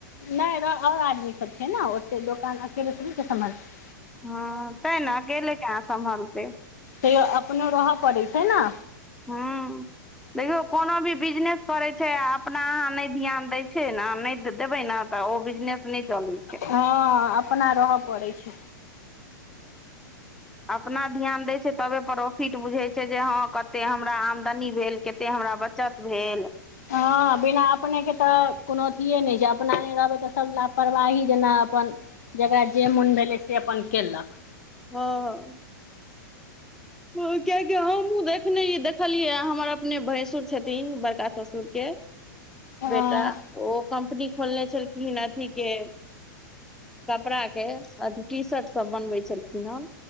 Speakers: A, on the left; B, in the centre.
A: नहि ओर आदमी सब छै ने ओते दोकान अकेले सबके सम्हारतै
B: हँ तैं ने अकेले केना संभलते
A: तैयो अपनो रहय पड़ै छै ना
B: हू देखियौ कोनो भी बिजनेस करै छै आ अपना अहाँ नहि ध्यान दैय छै न नहीं देबै ने तऽ ओ बिजनेस नहि चलै छै
A: हाँ अपना रहऽ पड़ै छै
B: अपना ध्यान दै छै तबे प्रॉफिट बुझैत छै जे हाँ कते हमरा आमदनी भेल कते हमरा बच चत भेल
A: हाँ बिना अपनेके तऽ कोनो अथिए नहि छै अपना नहि रहबै तऽ सभ लापरवाही जेना अपन जेकरा जे मोन भेलै से अपन कैलक
B: हँ कियकि हमहुँ देखने देखलियै हमर अपने भैंसुर छथिन बड़का ससुरके
A: हँ
B: बेटा ओ कम्पनी खोलने छलखिन अथी के कपड़ा के अथी टी शर्ट सब बनबे छलखिन हन